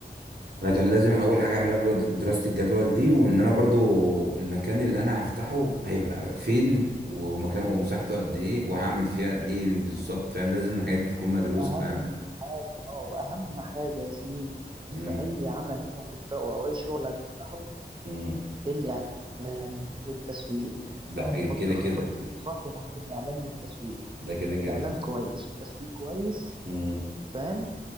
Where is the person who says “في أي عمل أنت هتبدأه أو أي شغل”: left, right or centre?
Right